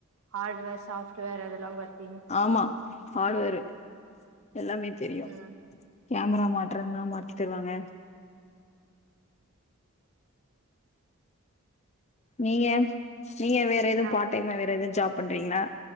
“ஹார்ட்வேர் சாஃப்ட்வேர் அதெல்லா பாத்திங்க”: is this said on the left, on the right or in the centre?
Right